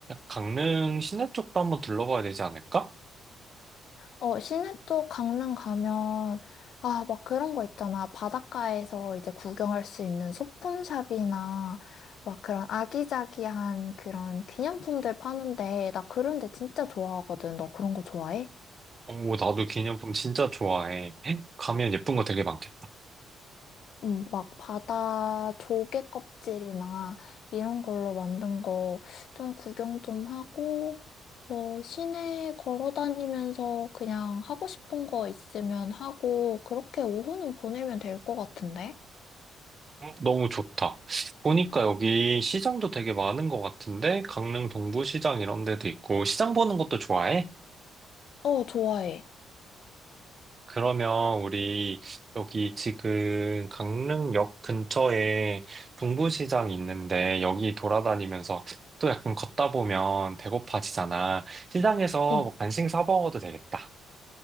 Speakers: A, on the right; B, on the left.
A: 강릉 시내 쪽도 한번 둘러봐야 되지 않을까?
B: 어, 시내 쪽 강릉 가면, 아, 막 그런 거 있잖아. 바닷가에서 이제 구경할 수 있는 소품샵이나, 막 그런 아기자기한 그런 기념품들 파는데, 나 그런 데 진짜 좋아하거든. 너 그런 거 좋아해?
A: 오, 나도 기념품 진짜 좋아해. 가면 예쁜 거 되게 많겠다.
B: 응. 막 바다 조개 껍질이나 이런 걸로 만든 거 좀 구경 좀 하고, 어, 시내 걸어 다니면서 그냥 하고 싶은 거 있으면 하고, 그렇게 오후는 보내면 될 것 같은데?
A: 음, 너무 좋다. 보니까 여기 시장도 되게 많은 것 같은데, 강릉 동부시장 이런 데도 있고, 시장 보는 것도 좋아해?
B: 어, 좋아해.
A: 그러면 우리 여기 지금 강릉역 근처에 동부시장이 있는데 여기 돌아다니면서 또 약간 걷다 보면 배고파지잖아. 시장에서
B: 응.
A: 뭐 간식 사 먹어도 되겠다.